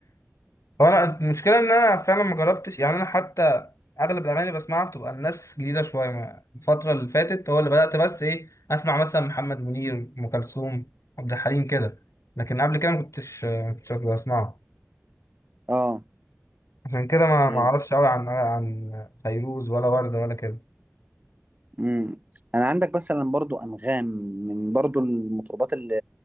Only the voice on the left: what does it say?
هو انا المشكله ان انا فعلا ما جربتش يعني انا حتى اغلب الاغاني اللي بسمعها بتبقى الناس جديده شويه ما- الفتره اللي فاتت هو اللي بدات بس ايه اسمع مثلا محمد منير ام كلثوم عبد الحليم كده لكن قبل كده ما كنتش ما كنتش بسمعه
عشان كده ما
ما اعرفش قوي عن عن فيروز ولا ورده ولا كده